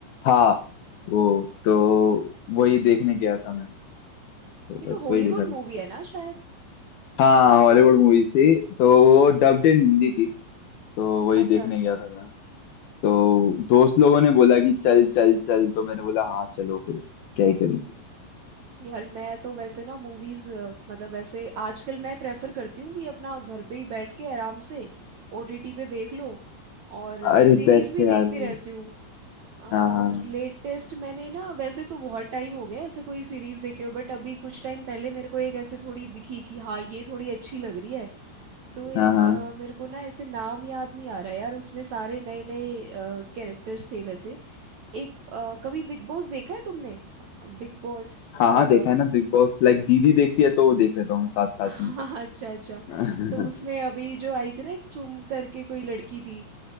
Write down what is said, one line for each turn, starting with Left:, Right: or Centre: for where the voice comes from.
Left: था वो तो वही देखने गया था मैं तो
Right: ये तो
Left: बस
Right: हॉलीवुड
Left: वही देखा
Right: मूवी है ना शायद
Left: हाँ हॉलीवुड मूवीज थी तो वो डब्ड इन हिंदी थी तो वही
Right: अच्छा
Left: देखने
Right: अच्छा
Left: गया था मैं तो दोस्त लोगों ने बोला कि चल चल चल तो मैंने बोला हाँ चलो फिर क्या ही करेंगे
Right: यार मैं तो वैसे ना मूवीज मतलब वैसे आजकल मैं प्रेफर करती हूँ कि अपना घर पे ही बैठ के आराम से ओटीटी पे देख लो और
Left: अरे
Right: सीरीज
Left: बेस्ट
Right: भी
Left: है
Right: देखती
Left: यार वो
Right: रहती हूँ और
Left: हाँ हाँ
Right: लेटेस्ट मैंने ना वैसे तो बहुत टाइम हो गया ऐसे कोई सीरीज देखे हो बट अभी कुछ टाइम पहले मेरे को एक ऐसे थोड़ी दिखी कि हाँ ये थोड़ी अच्छी लग रही है तो एक
Left: हाँ हाँ
Right: अ, मेरे को ना ऐसे नाम याद नहीं आ रहा यार उसमें सारे नए नए कैरेक्टर्स थे वैसे एक अ, कभी बिग बॉस देखा है तुमने बिग बॉस
Left: हाँ हाँ हाँ
Right: हाँ,
Left: देखा है ना बिग बॉस लाइक दीदी देखती है तो वो देख लेता हूँ मैं साथ साथ
Right: <laughs> अच्छा अच्छा
Left: में
Right: तो उसमें
Left: <laughs>
Right: अभी जो आई थी ना एक चुम करके कोई लड़की थी